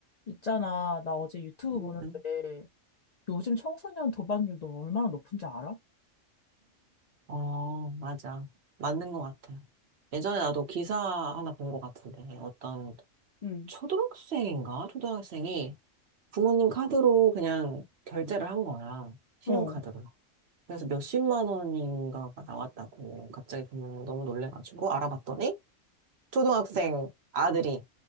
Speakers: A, on the left (about 55°); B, on the right (about 60°).
A: 있잖아, 나 어제 유튜브
B: 음.
A: 보는데
B: 음.
A: 요즘 청소년 도박률 너 얼마나 높은지 알아?
B: 어, 어, 맞아. 맞는 것 같아. 예전에 나도 기사 하나 본 것 같은데, 어떤
A: 응,
B: 초등학생인가? 초등학생이 부모님 카드로 그냥 결제를 한 거야. 신용카드로.
A: 어,
B: 그래서 몇십만 원인가가 나왔다고 갑자기 부모님 너무 놀래가지고 알아봤더니 초등학생 아들이